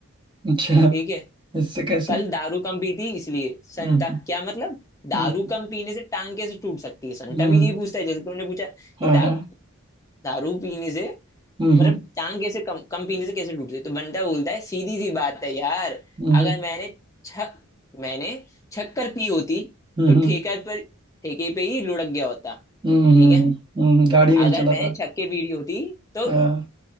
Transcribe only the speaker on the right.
अच्छा
इससे कैसे
हम्म
हम्म
हम्म,
हाँ
हाँ
हम्म हम्म
हम्म
हम्म
हम्म
हम्म,
हम्म, गाड़ी नहीं
चला
था
हाँ,